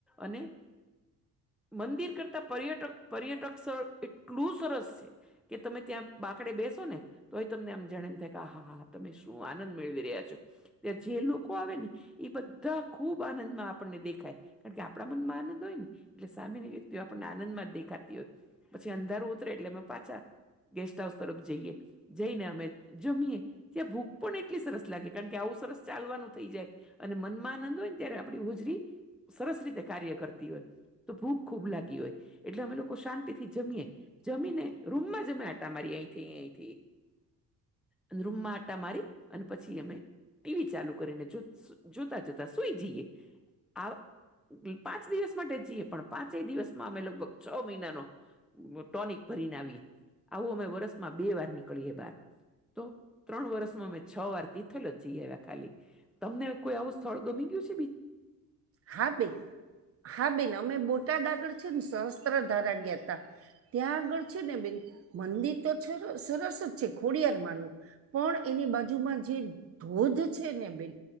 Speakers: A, in the centre; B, on the right.
A: અને મંદિર કરતા પર્યટક પર્યટક સ્થળ એટલું સરસ છે. કે તમે ત્યાં બાકડે બેસો ને તોય તમને આમ જાણે એમ થાય કે આ હા હા તમે શું આનંદ મેળવી રહ્યા છો. ત્યાં જે લોકો આવે ને એ બધાં એવા ખુબ આનંદમાં આપણને દેખાય. કારણ કે આપણા મનમાં આનંદ હોય ને. એટલે સામેની વ્યક્તિઓ આપણને આનંદમાં જ દેખાતી હોય. પછી અંધારું ઉતરે એટલે અમે પાછા ગેસ્ટ હાઉસ તરફ જઈએ. જઈને અમે જમીએ. ત્યાં ભૂખ પણ એટ ટલી સરસ લાગે. કારણ કે આવું સરસ ચાલવાનું થઈ જાય. અને મનમાં આનંદ હોયને ત્યારે આપડી હોજરી સરસ રીતે કાર્ય કરતી હોય. તો ભૂખ ખૂબ લાગી હોય. એટલે અમે લોકો શાંતિથી જમીએ. જમીને રૂમમાં જ અમે આ ટા મારીએ અહીંથી અહીંથી અહીં. અને રૂમમાં આટા મારી અને પછી અમે ટીવી ચાલુ કરીને જોત સૂત જોતા જોતા સુઈ જઈએ. આ પાંચ દિવસ માટે જઈએ પણ પાંચેય દિવસમાં અમે લગભગ છ મહિનાનો ટોનિક ભરીને આવીએ. આવું અમે વરસમાં બે વાર નીકળીએ બાર. તો ત્રણ વર્ષમાં અમે છ વાર તિથલ જ જઈ આવ્યા ખાલી. તમને કોઈ આવું સ્થળ ગમી ગયું છ?
B: હા બેન. હા બેન અમે બોટાદ આગળ છે ને સહસ્ત્ર ધારા ગયાતા. ત્યાં આગળ છે ને બેન મંદિર તો છર સરસ જ છે ખોડિયારમાંનું. પણ એની બાજુમાં જે ધોધ છે ને બેન